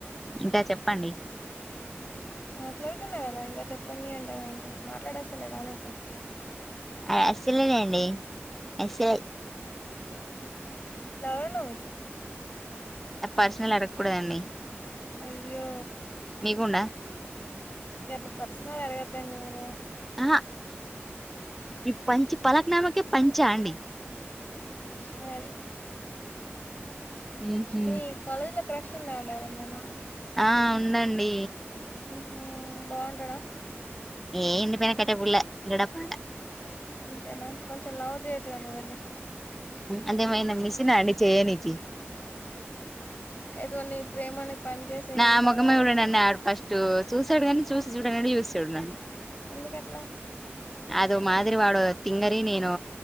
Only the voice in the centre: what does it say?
ఇంకా చెప్పండి
అసల్ లేదండి అసల్
పర్సనల్ అడగకూడదండి
మీకుందా
ఆహ ఈ పంచ్ పలక్నామకే పంచా అండి
ఉహు
ఆ ఉండండి
ఏ ఎండిపోయిన కట్టేపుల్ల గడ్డ పారా
అదేమైన మిషన అండి చేయనీకి
నా
మొఖమే
చూడడండి
అడు ఫస్టు సూస్థాడుకాని చూసి చూడనట్టు చూస్తాడు న్నాను
అదో మాదిరి వాడో తింగరి నేను